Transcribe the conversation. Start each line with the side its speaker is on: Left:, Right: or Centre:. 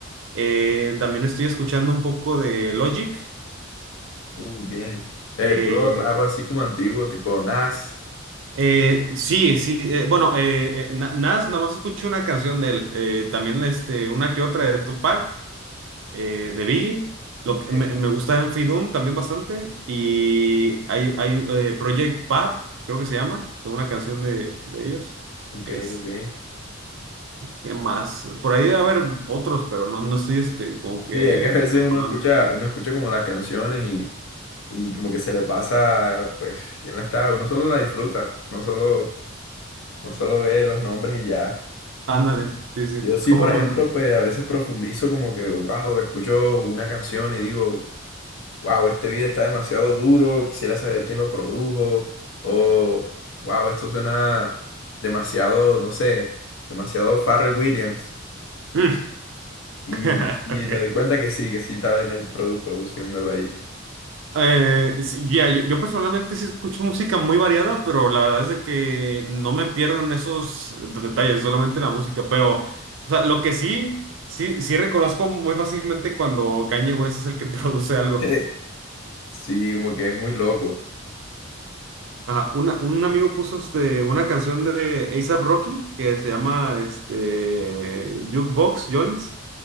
Right: Eh, también estoy escuchando un poco de Logic.
Left: uh, bien. Eh,
Right: Eh,
Left: puro rap así como antiguo, tipo Nas.
Right: eh, sí, sí, eh, bueno, eh, eh, Na- Nas, nada más escuché una canción de él. Eh, también este, una que otra de Tupac. eh, de Biggie. Lo
Left: Ok,
Right: que me, me gusta Enfi Doom también bastante. Y hay, hay eh, Project Pat, creo que se llama, de una canción de, de ellos.
Left: ok,
Right: Este,
Left: ok.
Right: ¿qué más? Por ahí debe haber otros, pero no, no estoy este, como que
Left: Sí, es que a veces
Right: recordando.
Left: uno escucha, uno escucha como las canciones y y como que se le pasa, pues, quién la está, uno solo la disfruta, no solo, no solo ve los nombres y ya.
Right: Ándale, sí, sí,
Left: Yo sí,
Right: es como
Left: por
Right: suena.
Left: ejemplo, pues a veces profundizo como que, wow, escucho una canción y digo, wow, este video está demasiado duro, quisiera saber quién lo produjo, o wow, esto suena demasiado, no sé, demasiado Pharrell Williams.
Right: Mm.
Left: Y,
Right: <laughs>
Left: y
Right: Ok.
Left: me doy cuenta que sí, que sí estaba en el produ produciéndolo ahí.
Right: Eh, sí, ya, yo, yo personalmente sí escucho música muy variada, pero la verdad es de que no me pierdo en esos eh, detalles, solamente la música. Pero, o sea, lo que sí, sí, sí reconozco muy fácilmente cuando Kanye West es el que <laughs> produce algo.
Left: <laughs> Sí, como que es muy loco.
Right: Ajá, una, un amigo puso este, una canción de A$AP Rocky que se llama este, Jukebox Joints,